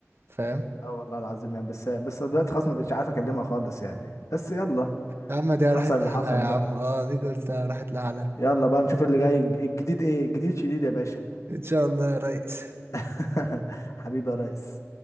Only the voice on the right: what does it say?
فاهم
يا عم دي
راحت
لحالها
يا
عم اه دي قلتها راحت لحالها
ان شاء الله يا ريس